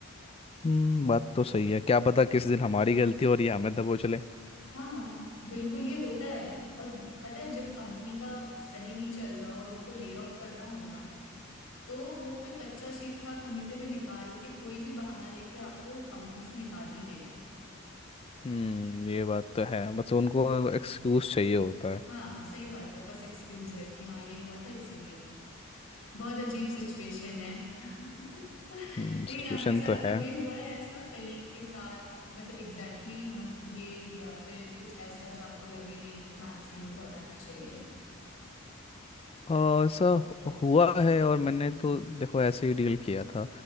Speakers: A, on the left (about 30°); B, on the left (about 75°).
A: हम्म, बात तो सही है क्या पता किस दिन हमारी गलती हो और ये हमें दबोच ले
B: हाँ बिल्कुल ये होता है और पता है जब कंपनी का सही नहीं चल रहा और उनको ले ऑफ करना होना तो वो फिर कच्चा चिट्ठा कहीं से भी निकाल के कोई भी बहाना लेके आपको कंपनी से निकाल ही देंगे
A: हम्म ये बात तो है बस उनको एक्सक्यूज चाहिए होता है
B: हाँ सही बात है बस एक्सक्यूज है कि हाँ ये हुआ था इसीलिए बहुत अजीब सिचुएशन है <laughs>
A: हम्म
B: लेकिन
A: सिचुएशन
B: आपके साथ
A: तो है
B: कभी हुआ है ऐसा कलीग के साथ मतलब एग्जैक्टली exactly मतभेद या फिर कुछ ऐसा जो आपको लगे नहीं हमको मैनेजमेंट को बताना चाहिए
A: और ऐसा हु- हुआ है और मैंने तो देखो ऐसे ही डील किया था